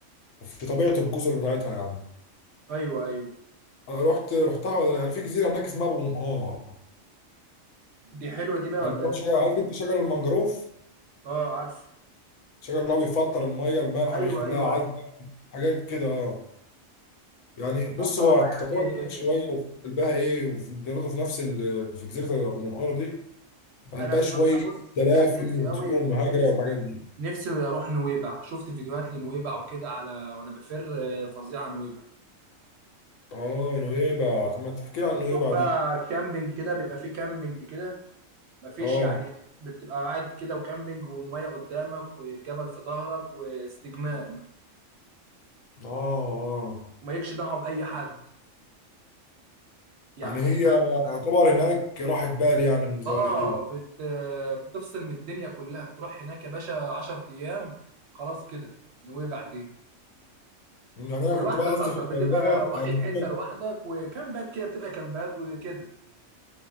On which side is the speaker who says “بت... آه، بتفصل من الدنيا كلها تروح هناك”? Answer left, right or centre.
Right